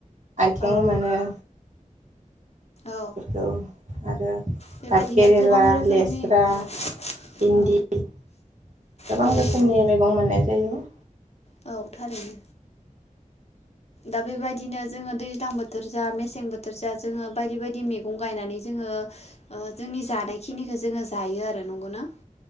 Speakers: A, on the right (about 60°); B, on the left (about 50°).
A: आथिं
B: औ
A: मोनो-
B: नंगौ औ
A: बेफोरखौ आरो
B: बेबायदिनो
A: पाथ केेरेला
B: गोबां रोखोमनि
A: लेस्रा
B: औ
A: भिन्दि-
B: औ
A: गोबां
B: औ
A: रोखोमनि
B: नंगौ
A: मैगं मोननाय जायो।
B: औ थारैनो। दा बेबायदिनो जोङो दैज्लां बोथोर जा मे सें बोथोर जा, जोङो बायदि बायदि मैगं गायनानै जोङो जोंनि जानायखिनिखौ जोङो जायो आरो नंगौना?